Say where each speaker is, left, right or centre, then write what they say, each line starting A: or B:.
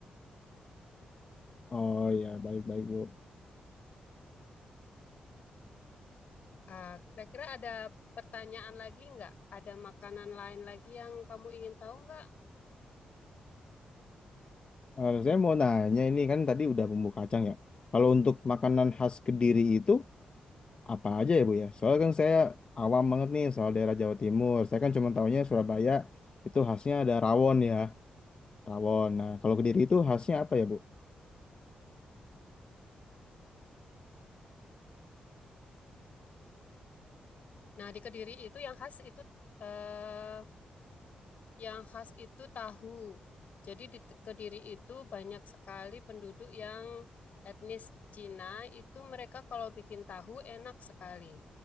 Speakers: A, on the left; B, on the left.
A: Oh ya, baik-baik, Bu.
B: Ah, kira-kira ada pertanyaan lagi nggak? Ada makanan lain lagi yang kamu ingin tahu nggak?
A: Eh, saya mau nanya ini kan tadi udah bumbu kacang ya. Kalau untuk makanan khas Kediri itu apa aja ya Bu ya? Soalnya kan saya awam banget nih soal daerah Jawa Timur. Saya kan cuma tahunya Surabaya itu khasnya ada rawon ya, rawon. Nah, kalau Kediri itu khasnya apa ya Bu?
B: Nah, di Kediri itu yang khas itu eh, Yang khas itu tahu. Jadi di T- Kediri itu banyak sekali penduduk yang etnis Cina, itu mereka kalau bikin tahu enak sekali.